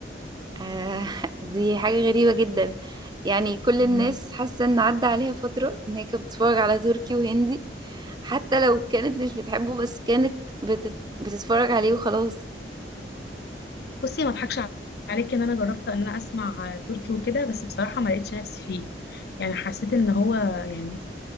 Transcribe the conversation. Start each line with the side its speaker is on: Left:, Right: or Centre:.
Right: آه، <laughs> دي حاجة غريبة جدا يعني كل
Left: قوي
Right: الناس حاسة ان عدى عليها فترة ان هي كانت بتتفرج على تركي وهندي حتى لو كانت مش بتحبه بس كانت بتت... بتتفرج عليه وخلاص
Left: بصي ما اضحكش عليكي ان انا جربت ان انا اسمع تركي وكده بس بصراحه ما لقيتش نفسي فيه يعني حسيت ان هو يعني